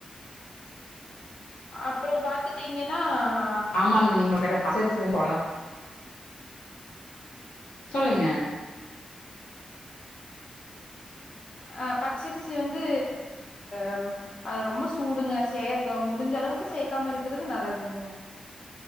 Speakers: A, on the left; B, on the left.
A: அப்புறம் பாத்து த்தீங்கன்னா ஹா
B: ஆமாங்க நீங்கள் க பச்சரிசி வந்து போல சொல்லுங்க
A: ஆ பச்சரிசி வந்து அம் அது ரொம்ப ஸு தூடுங்க சேக்கொம் முடிஞ்ச அளவுக்கு சேக்காம இருக்குறது நல்லதுங்க